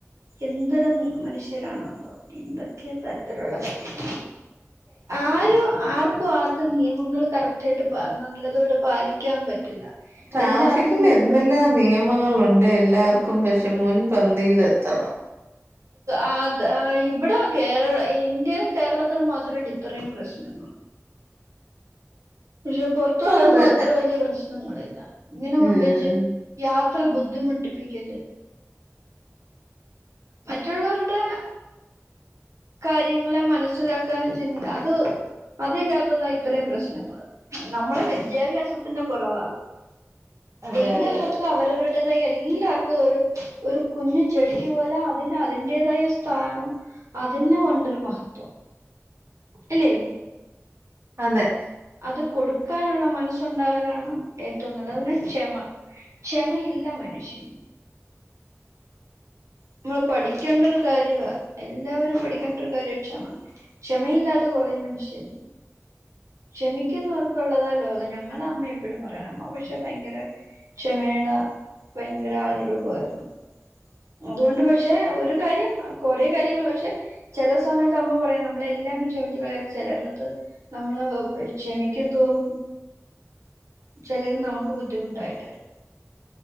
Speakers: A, on the right; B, on the right.
A: എന്തൊരം മനുഷ്യരാണോ എന്തോ എന്തൊക്കെ തരത്തിലുള്ള കാര്യം ആരും ആർക്കും ആർക്കും നിയമങ്ങള് കറക്റ്റായിട്ട് നല്ലതോടെ പാലിക്ക ക്കാൻ പറ്റില്ല
B: ട്രാഫിക്കിന്
A: എല്ലാർക്കും മുൻപ്
B: എന്തെല്ലാം നിയമങ്ങളുണ്ട് എല്ലാർക്കും പക്ഷെ മുൻപന്തിൽ എത്തണം
A: ആഹ് ഇവിടെ കേരള ഇന്ത്യയിലും കേരളത്തിലും മാത്രണ്ട് ഇത്രയും പ്രശ്നം പക്ഷെ പൊറത്തോട്ടൊന്നും
B: അതെ
A: അത്ര വലൃയ പ്രശ്നങ്ങളില്ല ഇങ്ങനെ കൊണ്ടെച്ച്
B: ഉം
A: യാത്ര ബുദ്ധിമുട്ടിപ്പിക്കല് മറ്റുള്ളോരുടെ കാര്യങ്ങളെ മനസ്സിലാക്കാനും ചിന്ത അത് അതില്ലാത്തതാണ് ഇത്രയും പ്രശ്നങ്ങള് നമ്മളെ വിദ്യാഭ്യാസത്തിന്റെ കുറവാത്
B: അതെ
A: എല്ലാവർക്കും
B: അതെ അതെ
A: അവരവരുടെ <unintelligible> എല്ലാർക്കും ഒരു ഒരു കുഞ്ഞു ചെടിക്ക് പോലും അതിന് അതിന്റേതായ സ്ഥാനം ണ്ട്. അതിനും ഒണ്ടൊരു മഹത്വം. ഇല്ലേയ്
B: അതെ
A: അത് കൊടുക്കാനുള്ള മനസ്സുണ്ടാകലാണ് ഏറ്റവും നല്ലത് അത് പിന്നെ ക്ഷമ ക്ഷമയില്ല മനുഷ്യന് നമ്മള് പഠിക്കേണ്ട ഒരു കാര്യവാ എല്ലാവരും പഠിക്കേണ്ട ഒരു കാര്യാ ക്ഷമ ക്ഷമയില്ലാത്ത കുറെ മണുഷ്യരുണ്ട് ക്ഷമിക്കുന്നവർക്കുള്ളതാ ലോകം ഞങ്ങടെ അമ്മയെപ്പോഴും പറയാറണ്ട് അമ്മ പക്ഷെ ഭയങ്കര ക്ഷമേടെ ഭയങ്കര ആൾ രൂപായിരുന്നു അതുകൊണ്ട് പക്ഷേ ഒരു കാര്യം കൊറേ കാര്യങ്ങൾ പക്ഷേ ചെലസമയത്ത് അമ്മ പറയും നമ്മളെല്ലാങ്ങ് ക്ഷമിച്ച് കളയരുത് ചെലരെടുത്ത് നമ്മള് ക്ഷമിക്കുന്തോറും ചിലര് നമുക്ക് ബുദ്ധിമുട്ടായിട്ട് വരും